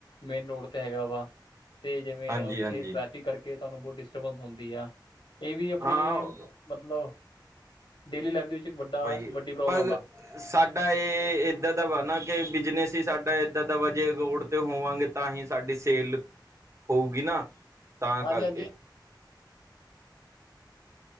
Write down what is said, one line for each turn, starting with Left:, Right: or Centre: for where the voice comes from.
Left: ਮੇਨ ਰੋਡ ਹੈਗਾ ਵਾ ਤੇ ਜਿਵੇਂ
Right: ਹਾਂਜੀ
Left: ਉੱਥੇ
Right: ਹਾਂਜੀ
Left: ਟ੍ਰੈਫਿਕ ਕਰਕੇ ਤੁਾਨੂੰ ਬਹੁਤ ਡਿਸਟਰਬੈਂਸ ਹੁੰਦੀ ਆ। ਇਹ ਵੀ ਆਪਣੇ
Right: ਹਾਂ
Left: ਮਤਲਬ ਡੇਲੀ ਲਾਈਫ ਦੇ ਵਿੱਚ ਇੱਕ ਵੱਡਾ
Right: ਪਗ
Left: ਵੱਡੀ ਪ੍ਰੋਬਲਮ ਆ
Right: ਸਾਡਾ ਇਹ ਇੱਦਾਂ ਦਾ ਵਾ ਨਾ ਕਿ ਬਿਜਨਸ ਹੀ ਸਾਡਾ ਇੱਦਾਂ ਦਾ ਵਾ ਜੇ ਅ ਰੋਡ ਹੋਵਾਂਗੇ। ਤਾਂ ਹੀ ਸਾਡੀ ਸੇਲ ਹੋਊਗੀ ਨਾ ਤਾਂ
Left: ਹਾਂਜੀ
Right: ਕਰਕੇ
Left: ਹਾਂਜੀ